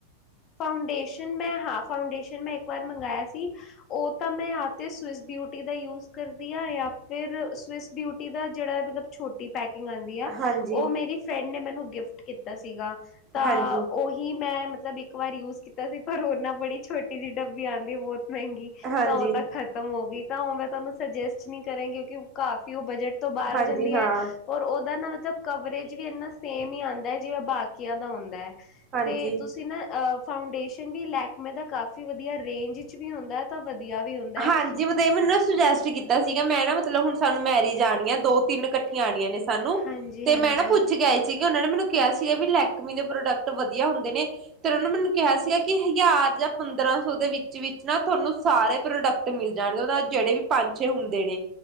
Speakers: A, on the left (about 35°); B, on the right (about 30°).
A: ਫਾਊਂਡੇਸ਼ਨ ਮੈਂ ਹਾਂ ਫਾਊਂਡੇਸ਼ਨ ਮੈਂ ਇੱਕ ਵਾਰ ਮੰਗਾਇਆ ਸੀ, ਉਹ ਤਾਂ ਮੈਂ ਜਾਂ ਤੇ ਸਵਿਸ ਬਿਊਟੀ ਦਾ ਯੂਜ ਕਰਦੀ ਹਾਂ ਜਾਂ ਫਿਰ ਸਵਿਸ ਬਿਊਟੀ ਦਾ ਜਿਹੜਾ ਮਤਲਬ ਛੋਟੀ ਪੈਕੇਟ ਆਉਂਦੀ ਆ,
B: ਹਾਂਜੀ
A: ਉਹ ਮੇਰੀ ਫਰੈਂਡ ਨੇ ਮੈਨੂੰ ਗਿਫਟ ਕੀਤਾ ਸੀਗਾ। ਤਾਂ
B: ਹਾਂਜੀ
A: ਉਹੀ ਮੈਂ ਮਤ ਸ ਦੀ ਇੱਕ ਵਾਰ ਯੂਜ ਕੀਤਾ ਸੀ, ਪਰ ਉਹ ਨਾ ਬੜੀ ਛੋਟੀ ਜਿਹੀ ਡੱਬੀ ਆਂਦੀ ਏ ਬਹੁਤ ਮਹਿੰਗੀ
B: ਹਾਂਜੀ
A: ਤਾਂ ਉਹ ਤਾਂ ਖਤਮ ਹੋ ਗਈ। ਤਾਂ ਉਹ ਮੈਂ ਤੁਹਾਨੂੰ ਸੁਜੈਸਟ ਨਹੀਂ ਕਰਾਂਗੀ, ਕਿਉਂਕਿ ਕਾਫ਼ੀ ਉਹ ਬਜਟ ਤੋਂ ਬਾਹਰ
B: ਹਾਂਜੀ
A: ਹੋ ਜਾਂਦੀ
B: ਹਾਂ
A: ਐ, ਔਰ ਉਹਦਾ ਨਾ ਮਤਲਬ ਕਵਰੇਜ ਵੀ ਇੰਨਾ ਸੇਮ ਹੀ ਆਂਦਾ, ਜਿਵੇਂ ਬਾਕੀਆਂ ਦਾ ਆਉਂਦਾ।
B: ਹਾਂਜੀ।
A: ਤੇ ਤੁਸੀਂ ਨਾ ਫਾਊਂਡੇਸ਼ਨ ਵੀ ਲੈਕਮੇ ਦਾ ਕਾਫ਼ੀ ਵਧੀਆ ਰੇਂਜ ਚ ਵੀ ਹੁੰਦਾ, ਤਾਂ ਵਧੀਆ ਵੀ ਹੁੰਦਾ ਹੈ
B: ਹਾਂਜੀ ਮਤਲਬ ਇਹ ਮੈਨੂੰ ਨਾ ਸੁਜੈਸਟ ਕੀਤਾ ਸੀਗਾ ਮੈਂ ਨਾ ਮਤਲਬ ਮਤਲਬ ਹੁਣ ਸਾਨੂੰ ਮੈਰਿਜ ਆਣੀਆਂ ਦੋ ਤਿੰਨ ਕੱਠੀਆਂ ਆਣੀਆਂ ਨੇ। ਸਾਨੂੰ
A: ਹਾਂਜੀ
B: ਤੇ
A: ਹਾਂਜੀ
B: ਮੈਂ ਨਾ ਪੁੱਛ ਕੇ ਆਏ ਸੀਗੇ ਉਹਨਾਂ ਨੇ ਮੈਨੂੰ ਕਿਹਾ ਸੀਗਾ ਵੀ ਲੈਕਮੀ ਦੇ ਪ੍ਰੋਡਕਟ ਵਧੀਆ ਹੁੰਦੇ ਨੇ, ਤੇ ਉਹ ਨੇ ਮੈਨੂੰ ਕਿਹਾ ਸੀਗਾ ਕਿ ਹਜ਼ਾਰ ਜਾਂ ਪੰਦਰਾਂ ਸੌ ਦੇ ਵਿੱਚ- ਵਿੱਚ ਨਾ ਤੁਹਾਨੂੰ ਸਾਰੇ ਪ੍ਰੋਡਕਟ ਮਿਲ ਜਾਣਗੇ, ਮਤਲਬ ਜਿਹੜੇ ਵੀ ਪੰਜ ਛੇ ਹੁੰਦੇ ਨੇ।